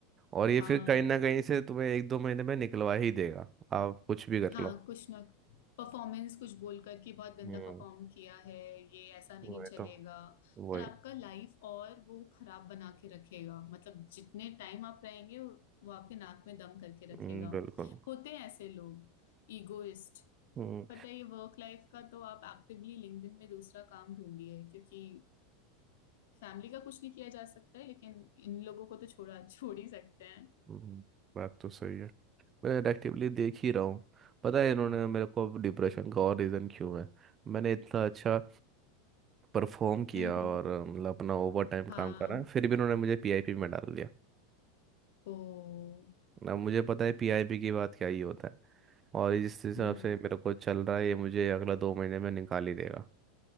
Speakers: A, on the right; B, on the left.
A: और ये
B: हाँ
A: फिर कहीं ना कहीं से तुम्हें एक दो महीने में निकलवा ही देगा आप कुछ भी कर
B: हाँ
A: लो
B: कुछ ना परफॉर्मेंस कुछ बोल कर कि बहुत गंदा
A: हम्म
B: परफॉर्म किया है ये ऐसा नहीं
A: वही
B: चलेगा
A: तो वही
B: और आपका लाइफ और वो खराब बना के रखेगा मतलब जितने टाइम आप रहेंगे वो आपके नाक में दम करके रखेगा
A: हम्म, बिल्कुल
B: होते हैं ऐसे लोग ईगोइस्ट
A: हम्म
B: पता है ये वर्क लाइफ का तो आप एक्टिवली लिंक्डइन में दूसरा काम ढूंढिए क्योंकि फैमिली का कुछ नहीं किया जा सकता है लेकिन इन लोगों को तो छोड़ा छोड़ ही सकते हैं
A: हम्म, बात तो सही है मैं एक्टिवली देख ही रहा हूँ पता है इन्होंने मेरे को डिप्रेशन का और रीज़न क्यों है मैंने इतना अच्छा परफॉर्म किया
B: हम्म हम्म
A: और अ, मतलब अपना ओवर टाइम
B: हाँ
A: काम करा फिर भी इन्होंने मुझे पीआईपी में डाल दिया
B: ओ
A: अब मुझे पता है पीआईपी की बात क्या ही होता है और जिस हिसाब
B: हम्म
A: से मेरे को चल रहा है ये मुझे अगला दो महीने में निकाल ही देगा